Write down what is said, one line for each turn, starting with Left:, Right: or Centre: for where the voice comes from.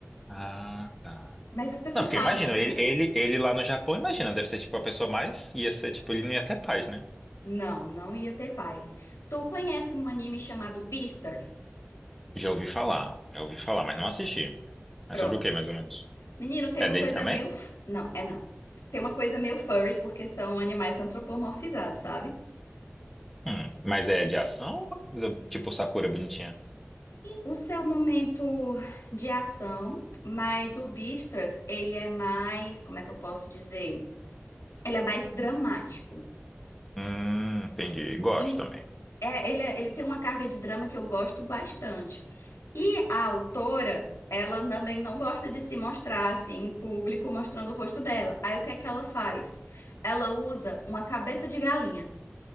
Centre: Ah, tá.
Left: Mas as pessoas
Centre: Não, porque
Left: sabem
Centre: imagina,
Left: como
Centre: ele,
Left: é
Centre: ele,
Left: ele.
Centre: ele lá no Japão, imagina, deve ser tipo a pessoa mais, ia ser tipo, ele nem ia ter paz, né?
Left: Não, não ia ter paz. Tu conhece um anime chamado Beastars?
Centre: Já ouvi falar, já ouvi falar, mas não assisti. Mas
Left: Pronto.
Centre: sobre o que, mais ou menos?
Left: Menino, tem
Centre: É
Left: uma
Centre: dele
Left: coisa
Centre: também?
Left: meio. f- Não, é não. Tem uma coisa meio furry, porque são animais antropomorfizados, sabe?
Centre: Hum, mas é de ação? ou é coisa Tipo Sakura bonitinha?
Left: O seu momento de ação, mas o Beastars, ele é mais. Como é que eu posso dizer? Ele é mais dramático.
Centre: Hum, entendi, gosto
Left: E
Centre: também.
Left: é, ele, é- ele tem uma carga de drama que eu gosto bastante. E a autora, ela também não gosta de se mostrar assim em público, mostrando o rosto dela. Aí o que é que ela faz? Ela usa uma cabeça de galinha.